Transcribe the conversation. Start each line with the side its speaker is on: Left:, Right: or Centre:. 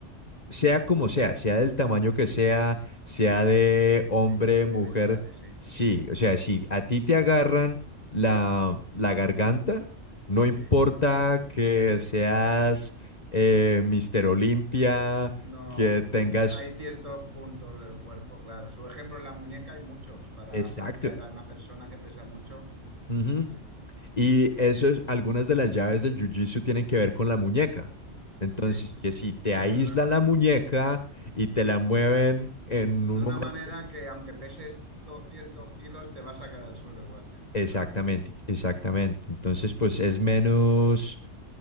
Left: sea como sea, sea del tamaño que sea, sea de hombre,
Right: sí, tienen
Left: mujer,
Right: debilidades, sí,
Left: sí, o sea, si a ti te agarran la, la garganta, no importa
Right: sí.
Left: que seas eh, Mister Olimpia,
Right: No,
Left: que tengas...
Right: eh, hay ciertos puntos del cuerpo, claro. Su ejemplo, en la muñeca hay muchos para
Left: Exacto.
Right: hacer caer a una persona que pesa mucho.
Left: ujú.
Right: <laughs> Sí,
Left: Y eso es, algunas de las llaves del Jiu-Jitsu tienen que ver con la muñeca. Entonces,
Right: sí,
Left: que si te
Right: es
Left: aíslan
Right: verdad.
Left: la muñeca y te la mueven en
Right: De
Left: un momento
Right: una manera que aunque peses 200 kilos, te vas a caer al suelo igual, sí,
Left: Exactamente,
Right: es verdad.
Left: exactamente. Entonces, pues es menos,